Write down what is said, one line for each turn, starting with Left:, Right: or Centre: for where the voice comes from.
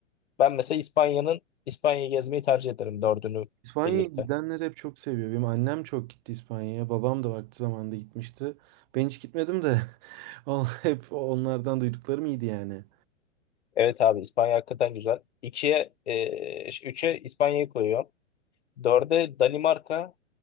Left: Ben mesela İspanya'nın İspanya'yı gezmeyi tercih ederim dördünü
Right: İspanya'ya
Left: birlikte.
Right: gidenler hep çok seviyor. Benim annem çok gitti İspanya'ya. Babam da vakti zamanında gitmişti. Ben hiç gitmedim de <laughs> on- hep onlardan duyduklarım iyiydi yani.
Left: Evet abi İspanya hakikaten güzel. İkiye, e, üçe İspanya'yı koyuyorum. Dörde Danimarka,